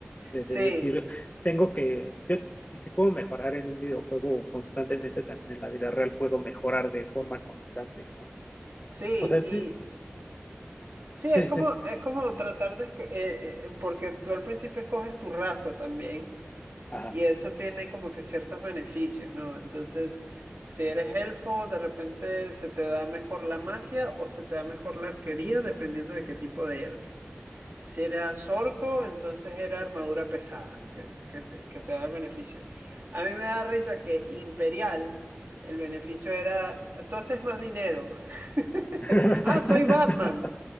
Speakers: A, on the left; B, on the right.
A: De,
B: sí,
A: de decir, tengo que, yo si, si puedo mejorar en un videojuego constantemente, también en la vida real puedo mejorar de forma constante, ¿no?
B: sí.
A: O sea, sí,
B: Sí, es
A: sí,
B: como,
A: sí.
B: es como tratar de... esco- eh, eh, porque tú al principio escoges tu raza también
A: Ajá.
B: y eso tiene como que ciertos beneficios, ¿no? Entonces, si eres elfo, de repente se te da mejor la magia o se te da mejor la arquería, dependiendo de qué tipo de elfo. Si eras orco, entonces era armadura pesada, que, que te, que te da el beneficio. A mí me da risa que imperial, el beneficio era, tú haces más dinero. <laughs>
A: <laughs>
B: Ah, soy Batman.